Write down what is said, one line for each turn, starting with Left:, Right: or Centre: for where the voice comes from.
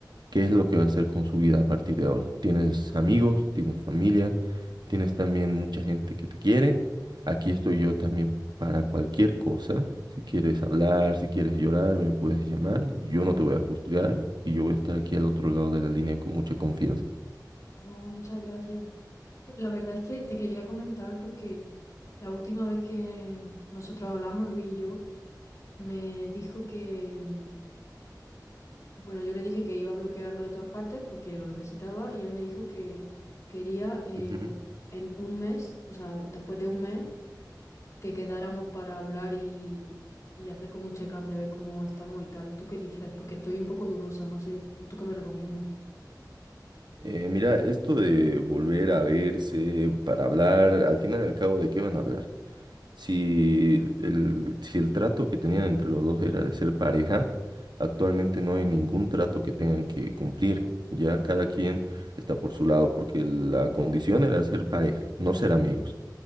Right: qué es lo que va a hacer con su vida a partir de ahora. Tienes amigos, tienes familia, tienes también mucha gente que te quiere. Aquí estoy yo también para cualquier cosa. Si quieres hablar, si quieres llorar, me puedes llamar. Yo no te voy a juzgar y yo voy a estar aquí al otro lado de la línea con mucha confianza.
Left: Oh, muchas gracias. La verdad es que te quería comentar porque la última vez que nosotros hablamos, Luis y yo, me dijo que, mm, bueno, yo le dije que iba a bloquearlo de todas partes porque lo necesitaba y él me dijo que quería eh,
Right: Ujú.
Left: en un mes, o sea, después de un mes, que quedáramos para hablar y, y hacer como un check-up de ver cómo estamos y tal. ¿Tú qué dices? Porque estoy un poco dudosa, no sé, ¿tú qué me recomiendas?
Right: Eh, mira, esto de volver a verse para hablar, al final y al cabo, ¿de qué van a hablar? Si el, si el trato que tenían entre los dos era de ser pareja, actualmente no hay ningún trato que tengan que cumplir. Ya cada quien está por su lado, porque la condición era ser pareja, no ser amigos.